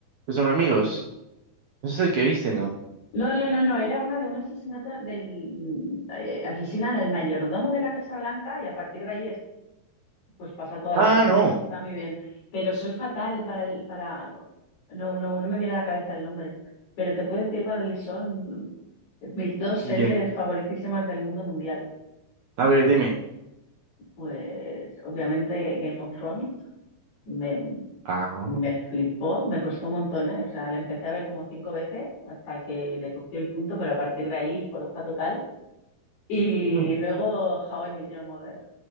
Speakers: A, on the right; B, on the left.
A: que son amigos. Ese es el que viste, ¿no?
B: No, no, no, no, era una de un asesinato del... eh, asesinan al mayordomo de la Casa Blanca y a partir de ahí es pues pasa toda
A: Ah,
B: la trama
A: no.
B: y está muy bien. Pero soy fatal para el, para no, no, no me viene a la cabeza el nombre, pero te puedo decir cuáles son mis dos series
A: Ya.
B: favoritísimas del mundo mundial.
A: A ver, dime.
B: Pues obviamente Game of Thrones me,
A: Ah,
B: me flipó, me costó un montón, ¿eh? O sea, la empecé a ver como cinco veces hasta que le cogí el punto, pero a partir de ahí forofa total. Y
A: no,
B: luego How I Met Your Mother